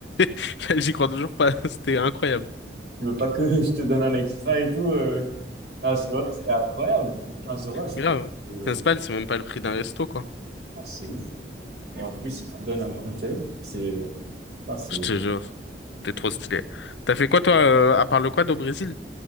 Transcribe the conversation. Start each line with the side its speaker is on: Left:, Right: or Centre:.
Left: <laughs> J'y crois toujours pas, <laughs> c'était incroyable.
Right: Tu veux pas que <laughs> je te donne un extra et tout? euh, Ah, c'est vrai, c'est incroyable. quinze euros, je
Left: Grave.
Right: fais- euh,
Left: 15 balles, c'est même pas le prix d'un resto, quoi.
Right: non, c'est ouf. Et en plus, ils te donnent un cocktail. C'est. euh, ah, c'est-
Left: Je
Right: ouais.
Left: te jure, t'es trop stylé. T'as fait quoi toi, euh, à part le quad au Brésil?